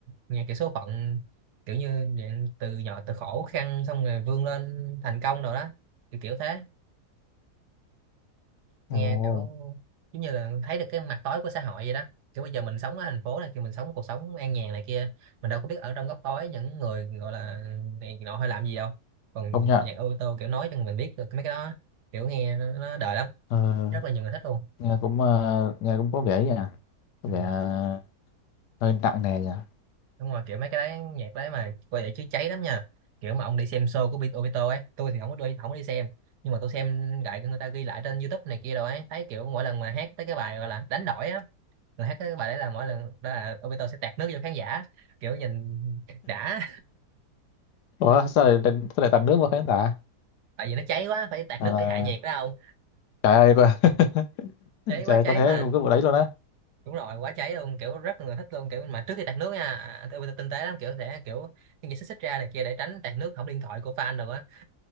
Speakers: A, on the right (about 80°); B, on the left (about 85°).
A: nghe kiểu số phận kiểu như dạng từ nhỏ từ khổ khăn xong rồi vươn lên thành công rồi đó kiểu kiểu thế nghe
B: Ồ,
A: kiểu giống như là thấy được cái mặt tối của xã hội vậy đó kiểu bây giờ mình sống ở thành phố này kia mình sống cuộc sống an nhàn này kia mình đâu có biết ở trong góc tối những người gọi là này nọ hay làm gì đâu còn
B: không nhận
A: nhạc ô tô kiểu nói cho mình biết được mấy cái đó kiểu nghe nó, nó đời lắm
B: ờ,
A: rất là nhiều người thích luôn
B: nghe cũng ờ, nghe cũng có vẻ nha có
A: ừ.
B: vẻ ờ, hơi nặng nề nha
A: đúng rồi kiểu mấy cái đấy nhạc đấy mà coi vậy chứ cháy lắm nha kiểu mà ông đi xem show của Bi- Obito ấy tôi thì không có đi không có đi xem nhưng mà tôi xem lại người ta ghi lại trên YouTube này kia rồi ấy thấy kiểu mỗi lần mà hát tới cái bài gọi là đánh đổi á rồi hát cái bài đấy là mỗi lần đó là Obito sẽ tạt nước cho khán giả kiểu nhìn đã
B: ủa sao lại sao lại tạt nước vào khán giả
A: <laughs> tại vì nó cháy quá phải tạt
B: à,
A: nước
B: là,
A: để hạ nhiệt đó không
B: trời ơi có- <laughs>
A: cháy
B: trời
A: quá cháy
B: ơi, có thế
A: mà
B: cái vụ đấy luôn á
A: đúng rồi quá cháy luôn kiểu rất là người thích luôn kiểu mà trước khi tạt nước nha à, à, Obito tinh tế lắm kiểu sẽ kiểu những như xích xích ra này kia để tránh tạt nước hỏng điện thoại của fan rồi á